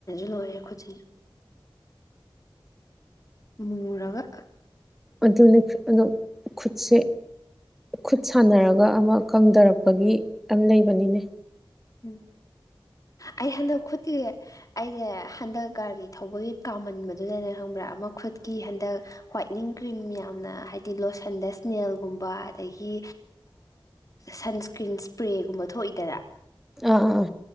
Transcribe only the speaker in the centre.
ꯑꯗꯨꯅꯤ ꯑꯣ ꯈꯨꯠꯁꯦ ꯈꯨꯠ ꯁꯥꯟꯅꯔꯒ ꯑꯃ ꯀꯪꯊꯔꯛꯄꯒꯤ ꯌꯥꯝ ꯂꯩꯕꯅꯤꯅꯦ
ꯑꯥ ꯑꯥ